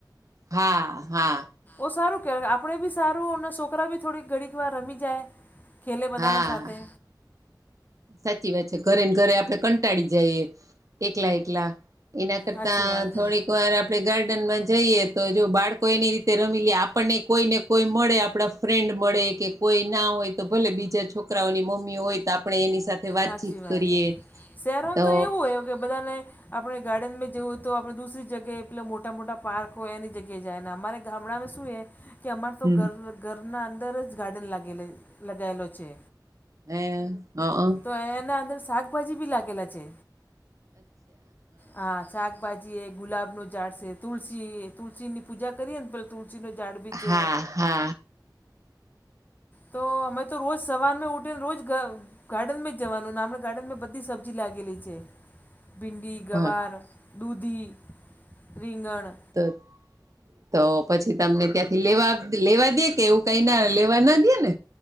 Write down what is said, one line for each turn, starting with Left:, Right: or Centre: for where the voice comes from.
Right: હા હા.
Left: ઓ સારું કેવા આપડે બી સારું ને સોકરા બી થોડી ઘડીકવાર રમી જાય. ખેલે બધાના
Right: હા
Left: સાથે.
Right: સાચી વાત છે ઘરે ને ઘરે આપડે કં ટાળી જઈએ એકલા એકલા એના કરતા
Left: સાચી વાત
Right: થોડીકવાર
Left: હે
Right: આપડે ગાર્ડનમાં જઈએ તો જો બાળકો એની રીતે રમી લે આપણને કોઈ ને કોઈ મળે આપડા ફ્રેન્ડ મળે કે કોઈ ના હોય તો ભલે બીજા છોકરાઓની મમ્મી હોય તો આપ સાથે વાતચીત
Left: સાચી વાત
Right: કરીએ
Left: હે શહેરોમાં
Right: તો
Left: એવું હોય કે બધાને આપણે ગાર્ડનમાં જેવું હોય તો આપણે દુસરી જગ્યાએ પેલા મોટા મોટા પાર્ક હોય એની જગ્યાએ જાય ને અમારે ગામડાંમાં શું એ કે અમારે તો
Right: હમ
Left: ઘર ઘરના અંદર જ ગાર્ડન લાગે લગાયેલો છે.
Right: હે હમ્મ.
Left: તો એના અંદર શાકભાજી બી લાગેલા છે હા શાકભાજી એ ગુલાબનું ઝાડ છે તુલસી તુલસીની પૂજા કરીએ ને તુલસીનો જાડ બી છે.
Right: હા હા
Left: તો અમે તો રોજ સવારમાં ઉઠીને રોજ ગાર્ડનમાં જવાનું ને આપણા ગાર્ડનમાં બધી સબ્જી લાગેલી છે ભીંડી, ગવાર,
Right: હા
Left: દૂધી, રીંગણ.
Right: તોત તો પછી તમને ત્યાંથી લેવા લેવા દે કે એવું? તયના લેવા ના દયેને?